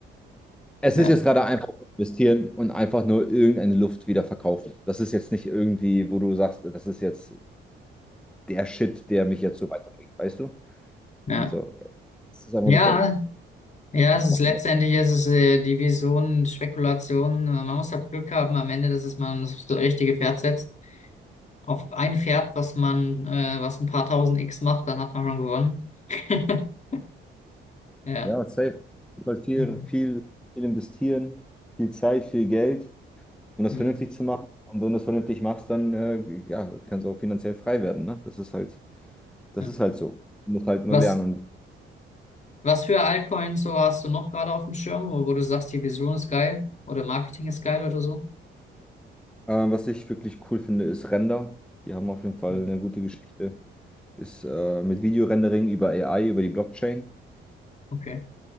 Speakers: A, in the centre; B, on the left (about 35°).
A: es
B: Ja,
A: ist jetzt gerade einfach investieren und einfach nur irgendeine Luft wieder verkaufen. Das ist jetzt nicht irgendwie, wo du sagst, das ist jetzt der Shit, der mich jetzt so weiterbringt, weißt du?
B: ja.
A: So, es ist einfach
B: Ja,
A: nur Geld.
B: ja,
A: Cash
B: es ist
A: machen
B: letztendlich
A: wir.
B: ist es äh, die Vision, Spekulation. Äh, Man muss halt Glück haben am Ende, dass es man das richtige Pferd setzt. Auf ein Pferd, was man, äh, was ein paar tausend X macht, dann hat man schon gewonnen. <laughs> Ja.
A: Ja, safe. Du sollst viel,
B: Hm.
A: viel, viel investieren, viel Zeit, viel Geld. um das
B: hm,
A: vernünftig zu machen. Und wenn du es vernünftig machst, dann äh, ja, kannst du auch finanziell frei werden. Ne? Das ist halt, das
B: Ja.
A: ist halt so. Du musst halt
B: Was,
A: nur lernen. Und
B: was für Altcoins so hast du noch gerade auf dem Schirm, wo, wo du sagst, die Vision ist geil oder Marketing ist geil oder so?
A: äh, was ich wirklich cool finde, ist Render. Die haben auf jeden Fall
B: Hm.
A: eine gute Geschichte. Ist äh, mit Videorendering über AI, über die Blockchain.
B: Okay.